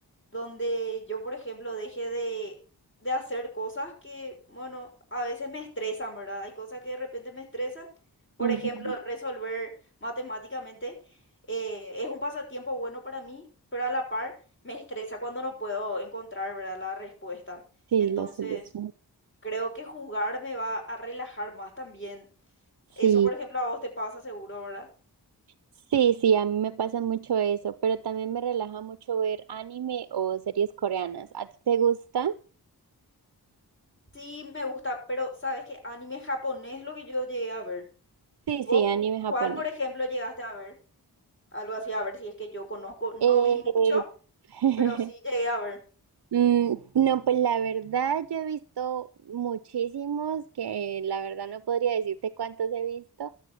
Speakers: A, on the left; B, on the right.
A: donde yo, por ejemplo, deje de, de hacer cosas que, bueno, a veces me estresan, ¿verdad? Hay cosas que de repente me estresan. Por
B: Ujú,
A: ejemplo, resolver matemáticamente eh, es un pasatiempo bueno para mí, pero a la par me estresa cuando no puedo encontrar, ¿verdad? la respuesta.
B: Sí,
A: Entonces,
B: la solución.
A: creo que jugar me va a relajar más también.
B: Sí,
A: Eso, por ejemplo, a vos te pasa seguro, ¿verdad?
B: sí, sí, a mí me pasa mucho eso, pero también me relaja mucho ver anime o series coreanas. ¿A ti te gusta?
A: Sí, me gusta, pero sabes que anime japonés es lo que yo llegué a ver.
B: Sí,
A: ¿Vos
B: sí, anime japonés.
A: cuál, por ejemplo, llegaste a ver? Algo así, a ver si es que yo conozco, no
B: Eh,
A: vi mucho,
B: <laughs>
A: pero sí llegué a ver.
B: mm, no, pues la verdad yo he visto muchísimos que la verdad no podría decirte cuántos he visto,